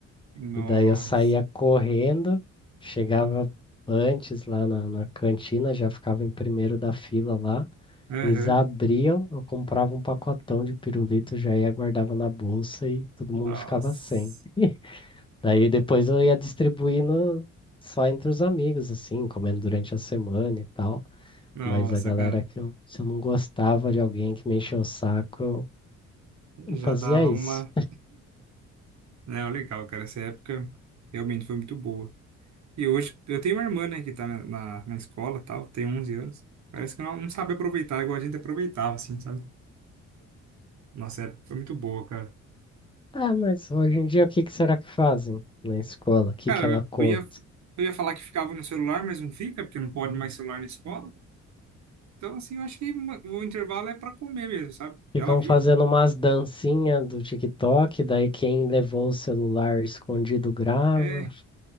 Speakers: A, on the right; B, on the left.
A: Nossa.
B: E daí eu saía correndo, chegava antes lá na, na cantina, já ficava em primeiro da fila lá.
A: Aham.
B: Eles abriam, eu comprava um pacotão de pirulito, já ia, guardava na bolsa e todo
A: Nossa.
B: mundo ficava sem. Daí depois eu ia distribuindo só entre os amigos, assim, comendo durante a semana e tal.
A: Nossa,
B: Mas a galera
A: cara.
B: que eu, se eu não gostava de alguém que me encheu o saco, eu, eu
A: Já
B: fazia
A: dava
B: isso.
A: uma. Não, legal, cara. Essa época realmente foi muito boa. E hoje, eu tenho uma irmã, né, que tá na, na, na escola e tal, tem 11 anos. Parece que ela não sabe aproveitar igual a gente aproveitava, assim, sabe? Nossa época foi muito boa, cara.
B: Ah, mas hoje em dia o que que será que fazem na escola? O que
A: Cara,
B: que ela conta?
A: eu ia, eu ia falar que ficava no celular, mas não fica, porque não pode mais celular na escola. Então, assim, eu acho que uma- o intervalo é para comer mesmo, sabe?
B: Ficam
A: Ela via.
B: fazendo umas dancinhas do TikTok, daí quem levou o celular escondido grava.
A: É,